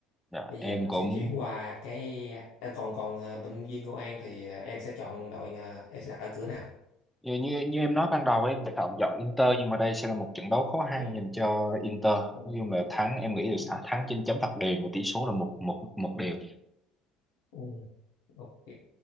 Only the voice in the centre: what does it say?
dạ.
Em
cũng
như như, như em nói ban đầu ấy người ta chọn Inter nhưng mà đây sẽ là một trận đấu khó khăn
dành cho Inter
nói chung là thắng em nghĩ là
thắng trên chấm phạt đền và tỷ số là một một một đều